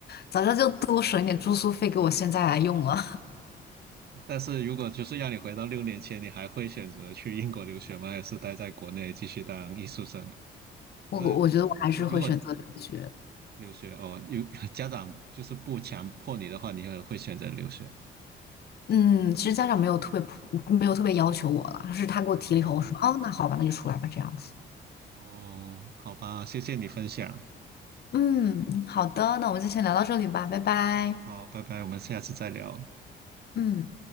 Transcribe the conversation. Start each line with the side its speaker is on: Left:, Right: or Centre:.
Left: 早知道就多省一点住宿费给我现在来用了。
Right: 但是如果就是让你回到六年前，你还会选择去英国留学吗？还是待在国内继续当艺术生？
Left: 我我觉得我还是会选择留学。
Right: 就是就如果留学哦，有 <laughs> 家长就是不强迫你的话，你也会选择留学。
Left: 嗯，其实家长没有特别普没有特别要求我了，是他给我提了以后，
Right: 哦
Left: 我说哦，那好吧，那就出来吧，这样子。
Right: 哦，好吧，谢谢你分享。
Left: 嗯，好的，那我们就先聊到这里吧，拜拜。
Right: 好，拜拜，我们下次再聊。
Left: 嗯。